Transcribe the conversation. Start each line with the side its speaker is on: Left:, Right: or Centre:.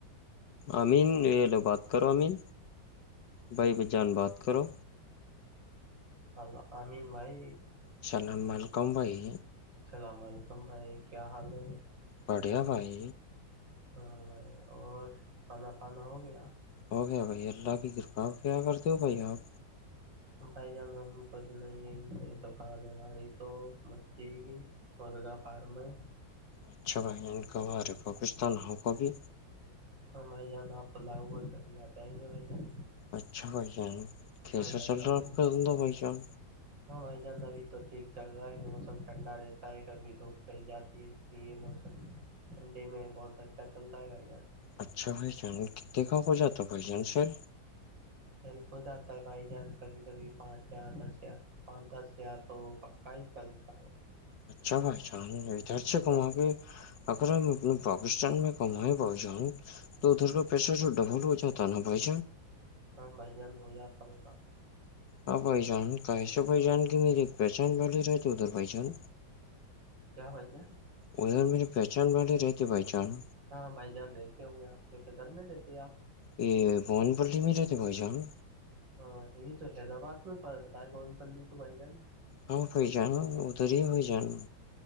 Left: امین ہیلو بات کرو امین بھائی ب جان بات کرو
Right: ہلو امین بھائی
Left: السلام علیکم بھائی
Right: اللام علیکم بھائی کیا حال ہے
Left: پڑھیا بھائی
Right: ہاں بھائی اور کھانا پانا ہو گیا
Left: ہو گیا بھائی اللہ کی کرپا کیا کرتے ہو بھائی آپ
Right: <inaudible> بھائی جان ہم کچھ نہیں ہیں دکان ہے ہماری تو بچی کی مرغا فارم ہے
Left: اچھا بھائی ان کو کچ تو نہ کو بھی
Right: ہاں بھائی جان آپ بلاؤ گ جبھی آ جائیں گے بھائی جان
Left: اچھا بھائی جان کیسا
Right: ہاں بھائی
Left: چل
Right: جان
Left: رہا ہے آپ کا دھندہ بھائی چان
Right: ہاں بھائی جان ابھی تو ٹھیک چل رہا ہے موسم ٹھنڈا رہتا ہے کبھی دھوپ کل جاتی ہے یہ موسم ٹھنڈے میں بہت اچھا چلتا ہے بھائی جان
Left: اچھا بھ جان کتنے گ کو جات بھ جان سیل
Right: سیل ہو جاتا ہے بھائی جان کبھی کبھی پانچ زار دس ار پاں دس یا تو پکا ہی چلتا ہے
Left: اچھا بھائی جان ادھر سے
Right: ہاں
Left: گھما
Right: بھائی
Left: کے
Right: جان
Left: اگر ہم اپنے پاکستان میں کمائیں بہو جان تو ادھر کا پیسر جو ڈبل ہو جاتتا ہے نا بائی
Right: ہاں بھائی جان ہو جاتا ہوگا
Left: ہاں بائی جان کاسے پھ جان کہ می ایک پہچان والھلی رہتے ادھر پھ جان
Right: کیا بھ کیا
Left: ادھر میری پہچان والی رہتی بائی چانس
Right: ہاں بھائی جان رہتے ہوں گے آپ کے کے دھر میں رہتے آپ
Left: یہ بھوون پلٹی میرے تو بھسا ہ
Right: ہاں یہ تو حیدرباد میں پلتاتا ہے کون پ لی ت تو بھائی جان
Left: ہاں پ جانا ادھر ہی پ جانا